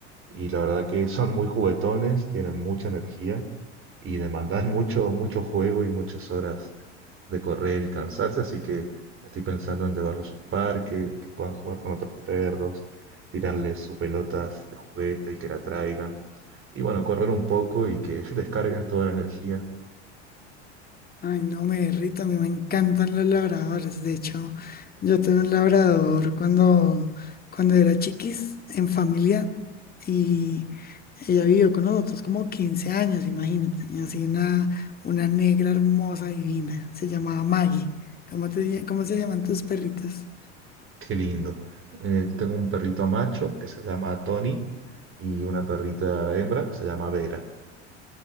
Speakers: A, on the right; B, on the left.
A: Y la verdad que son muy juguetones, tienen mucha energía y demandan <laughs> mucho, mucho juego y muchas horas de correr y cansarse, así que estoy pensando en llevarlos a un parque, que puedan jugar con otros perros, tirarles sus pelotas de juguete y que la traigan. Y bueno, correr un poco y que <laughs> descarguen toda la energía.
B: Ay, no me derrito, a mí me encantan los labradores. De hecho, yo tuve un labrador cuando, cuando era chiquis en familia y ella vivió con nosotros como 15 años, imagínate. Y así una, una negra hermosa, divina. Se llamaba Maggie. ¿Cómo te, lla- cómo se llaman tus perritos?
A: Qué lindo. Eh, tengo un perrito macho que se llama Tony y una perrita hembra que se llama Vera.